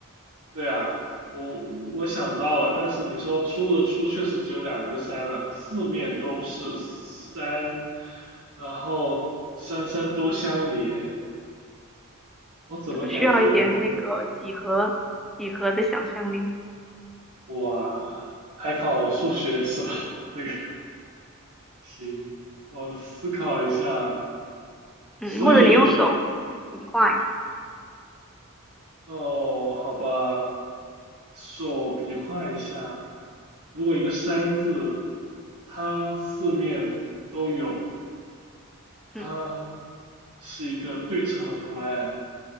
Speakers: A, on the right; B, in the centre.
A: 对啊，我我想到了，但是你说出的出确实只有两个山了，四面都是山，然后山山都相连，我怎么感觉
B: 这个需要一点那个几何几何的想象力。
A: 哇，还考数学是吧？<laughs> 这个行，我思考一下，
B: 嗯，
A: 所以
B: 或者你用手比划一下，
A: 哦，好吧，手比划一下，如果一个山字，它四面都有。它是一个对称的图案，
B: 嗯